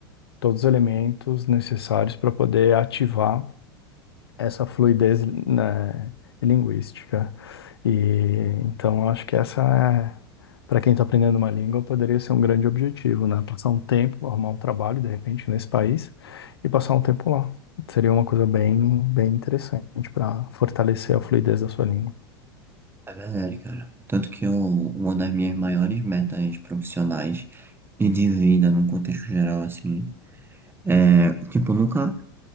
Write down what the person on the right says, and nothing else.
É verdade, cara. Tanto que eu, uma das minhas maiores metas profissionais e de vida no contexto geral, assim, é, tipo, nunca,